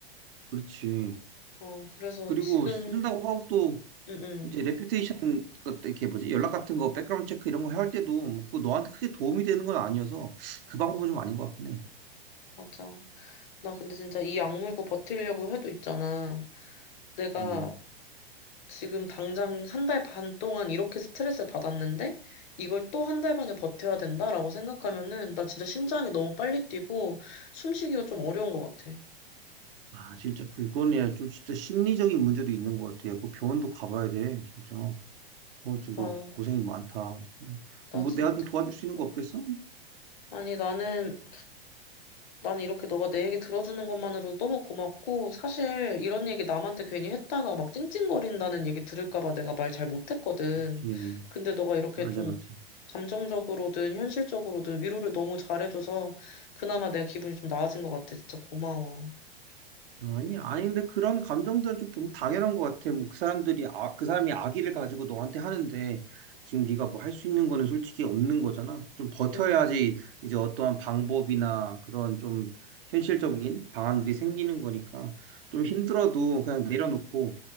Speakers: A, on the right (about 65°); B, on the left (about 50°).
A: 그렇지
B: 어, 그래서
A: 그리고
B: 지금,
A: 쓴다고 하고 또
B: 응, 응.
A: 이제 레퓨테이션 이렇게 뭐지 연락 같은 거 백그라운드 체크 이런 거 할 때도 뭐 그거 너한테 크게 도움이 되는 건 아니어서 그 방법은 좀 아닌 것 같긴 해
B: 맞아. 나 근데 진짜 이 악물고 버티려고 해도 있잖아. 내가
A: 음.
B: 지금 당장 한 달 반 동안 이렇게 스트레스를 받았는데 이걸 또 한 달 반을 버텨야 된다라고 생각하면은 나 진짜 심장이 너무 빨리 뛰고 숨쉬기가 좀 어려운 것 같아.
A: 아, 진짜 그거는 좀 진짜 심리적인 문제도 있는 것 같아. 야, 그 병원도 가봐야 돼, 진짜. 어, 진짜 너
B: 와,
A: 고생이 많다. 음,
B: 나
A: 뭐
B: 진짜.
A: 내가 좀 도와줄 수
B: 뭐.
A: 있는 거 없겠어?
B: 아니, 나는 나는 이렇게 너가 내 얘기 들어주는 것만으로도 너무 고맙고, 사실 이런 얘기 남한테 괜히 했다가 막 찡찡거린다는 얘기 들을까 봐 내가 말 잘 못했거든.
A: 그치.
B: 근데 너가 이렇게
A: 맞아,
B: 좀
A: 맞아.
B: 감정적으로든 현실적으로든 위로를 너무 잘해줘서 그나마 내가 기분이 좀 나아진 것 같아. 진짜 고마워.
A: 어, 아니, 아니, 근데 그런 감정들은 좀 너무 당연한 것 같아. 뭐 그 사람들이, 아, 그 사람이 악의를 가지고 너한테 하는데 지금 네가 뭐 할 수 있는 거는 솔직히 없는 거잖아. 좀 버텨야지
B: 응.
A: 이제 어떠한 방법이나 그런 좀 현실적인 방안들이 생기는 거니까 좀 힘들어도 그냥 내려놓고